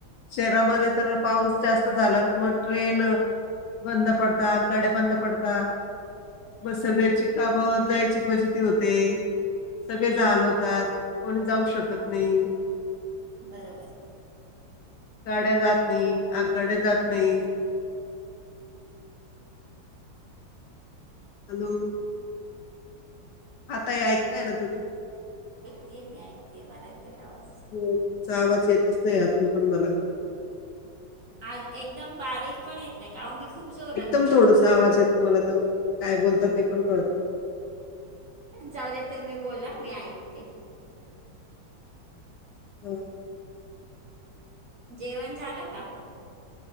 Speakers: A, on the left; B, on the right.
A: शहरामध्ये तर पाऊस जास्त झाला तर मग ट्रेन बंद पडतात गाड्या बंद पडतात म सगळ्याची कामावर जायची फजेती होते सगळेचं हाल होतात कोणी जाऊ शकत नाही
B: बरोबर
A: गाड्या जात नाही आगगाड्या जात
B: हम्म
A: नाही हॅलो आता हे ऐकताय ना तुम्ही
B: ते मी ऐकते मला येतोय आवाज
A: हो तुम्ही - आवाज येतच नाही अजून पण मला
B: आज एकदम बारीक पण येत नाही का मी खूप जोरात
A: एकदम
B: बोलतेय
A: थोडसा आवाज येतो मला तो काय बोलतात ते पण कळत नाही
B: जाऊ द्या तुम्ही बोला मी ऐकते
A: हम
B: जेवण झालं का